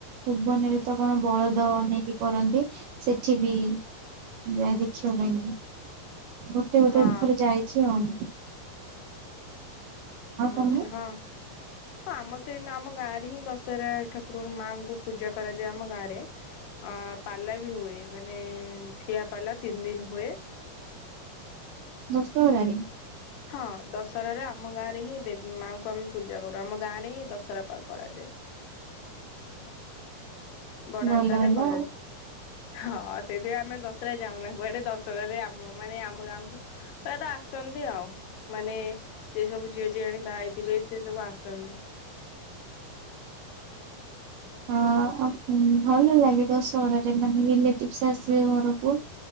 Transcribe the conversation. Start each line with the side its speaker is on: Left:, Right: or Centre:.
Right: ଭୁବନ ରେ ତ କଣ ବଳଦ ନେଇ କରନ୍ତି ସେଠି ବି ନୁଆ ଦେଖିବା ପାଇଁ। ଗୋଟେ ଗୋଟେ
Left: ହଁ
Right: ଥରେ ଯାଇଛି ଆଉ। ଆଉ ତମେ
Left: ଆଚ୍ଛା ହଁ। ହଁ ଆମ ତ ଏଇ ମା ଆମ ଗାଁ ରେ ହିଁ ଦଶହରା ଠାକୁର ମାଙ୍କୁ ପୂଜା କରାଯାଏ ଆମ ଗାଁରେ ଅ ପାଲା ବି ହୁଏ ମାନେ ଠିଆ ପାଲା ତିନି ଦିନ ହୁଏ।
Right: ଦଶହରା ରେ।
Left: ହଁ ଦଶହରା ରେ ଆମ ଗାଁ ରେ ହିଁ ଦେବୀ ମାଙ୍କୁ ଆମେ। ପୂଜା କରୁ ଆମ ଗାଁରେ ହିଁ ଦଶହରା ପା କରାଯାଏ। ବଡ
Right: ଭଲ
Left: ଆକାରରେ
Right: ହେଲା।
Left: କରାଯାଏ ‌। ହଁ ସେଇଥିପାଇଁ ଆମେ ଦଶରା ରେ ଯାଉନା କୁଆଡେ ଦଶରା ରେ ଆମ ମାନେ ଆମ ଗାଁକୁ। ତା ତା ଆସନ୍ତି ଆଉ ମାନେ ଯେ ସବୁ ଝିଅ ଝିଆଣି ବାହା ହେଇଥିବେ ସେ ସବୁ ଆସନ୍ତି।
Right: ହଁ ଭଲ ଲାଗେ ଦଶହରା ରେ ମାନେ ରିଲେଟିଭସ ଆସିବେ ଘରକୁ।